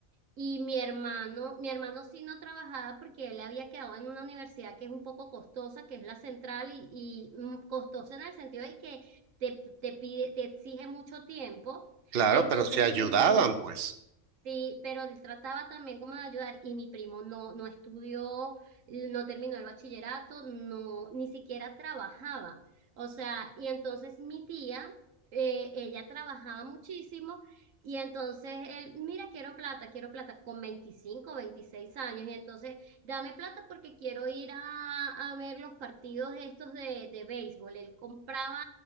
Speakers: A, on the right; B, on the right.
A: Y mi hermano, mi hermano sí no trabajaba porque él había quedado en una universidad que es un poco costosa, que es la central, y, y mm, costosa en el sentido de que te, te pide, te exige mucho tiempo.
B: Claro,
A: Entonces,
B: pero si ayudaban,
A: mi, mi,
B: pues.
A: Sí, pero él trataba también como de ayudar y mi primo no, no estudió, no terminó el bachillerato, no, ni siquiera trabajaba. O sea, y entonces mi tía, eh, ella trabajaba muchísimo y entonces él, mira, quiero plata, quiero plata con 25, 26 años y entonces dame plata porque quiero ir a, a ver los partidos estos de, de béisbol. Él compraba